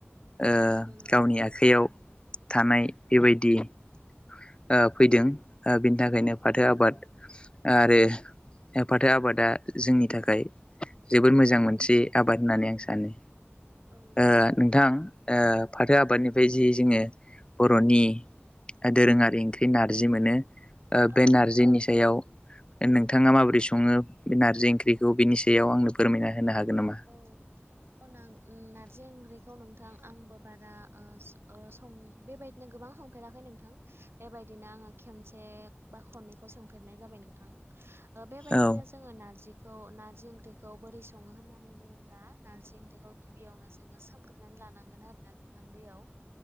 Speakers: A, on the left; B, on the right.
A: ओ
B: नंगौ नोंथां
A: गावनि आखाइयाव थानाय बेबायदि ओ फैदों बिनि थाखायनो
B: औ औ
A: फाथो
B: नंगौ
A: आबाद
B: नोंथां औ नंगौ नोंथां
A: आरो। फाथो आबादा जोंनि थाखाय जोबोद मोजां मोनसे आबाद होननानै आं सानो।
B: औ नंगौ
A: ओ नोंथां ओ फाथो
B: औ
A: आबादनिफ्राय
B: नंगौ
A: जि जोङो बर'नि दोरोङारि ओंख्रि नारजि मोनो। ओ
B: औ
A: बे
B: नंगौ
A: नारजिनि
B: नोंथां
A: सायाव नोंथाङा माबोरै सङो बे नारजि ओंख्रिखौ बिनि सायाव आंनो फोरमायना होनो हागोन। नामा?
B: औ औ नां-नारजि ओंख्रिखौ नोंथां आंबो बारा स बेबायदिनो गोबां संफेराखै नोंथां बेबायदिनो आङो खनसे बा खननैखौ सोंफेरनाय जाबाय नोंथां बेबायदिनो
A: औ
B: जोङो नारजिखौ नारजि ओंख्रिखौ बोरै सङो होननानै बुङोब्ला नारजि ओंख्रिखौ गिबियावनो जोङो सोमग्रोनानै लानांगोन आरोना नोंथां दैयाव